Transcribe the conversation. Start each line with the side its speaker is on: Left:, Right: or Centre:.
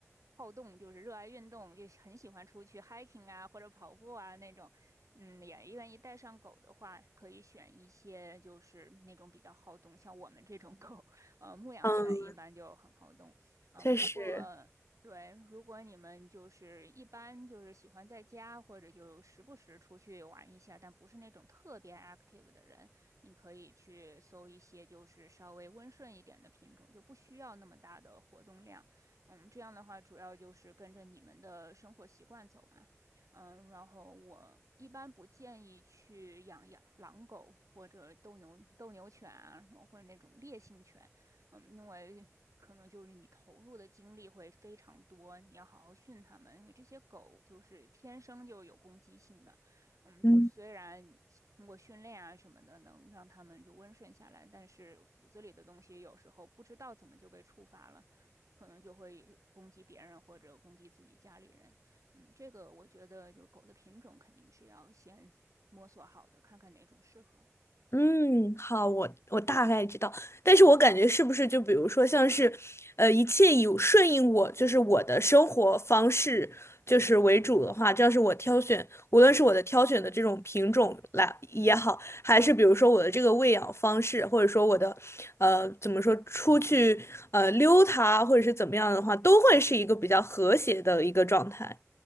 Right: 好动，就是热爱运动，就很喜欢出去 hiking 啊或者跑步啊那种，嗯，也愿意带上狗的话，可以选一些就是那种比较好动，像我们这种狗，<laughs> 呃，牧羊犬一般就很好动。
Left: 嗯，
Right: 嗯，
Left: 确实。
Right: 如果对，如果你们就是一般就是喜欢在家，或者就时不时出去玩一下，但不是那种特别 active 的人，你可以去搜一些就是稍微温顺一点的品种，就不需要那么大的活动量。嗯，这样的话主要就是跟着你们的生活习惯走嘛。嗯，然后我一般不建议去养养狼狗或者斗牛斗牛犬啊，或者那种烈性犬。嗯，因为可能就是你投入的精力会非常多，你要好好训它们，因为这些狗就是天生就有攻击性的，嗯，就是虽然
Left: 嗯。
Right: 通过训练啊什么的能让它们就温顺下来，但是骨子里的东西有时候不知道怎么就被触发了。可能就会攻击别人或者攻击自己家里人，嗯，这个我觉得就狗的品种肯定是要先摸索好的，看看哪种适合。
Left: 嗯，好，我我大概知道，但是我感觉是不是就比如说像是，呃，一切以顺应我，就是我的生活方式就是为主的话，这要是我挑选，无论是我的挑选的这种品种来也好，还是比如说我的这个喂养方式，或者说我的，呃，怎么说出去呃溜它，或者是怎么样的话，都会是一个比较和谐的一个状态，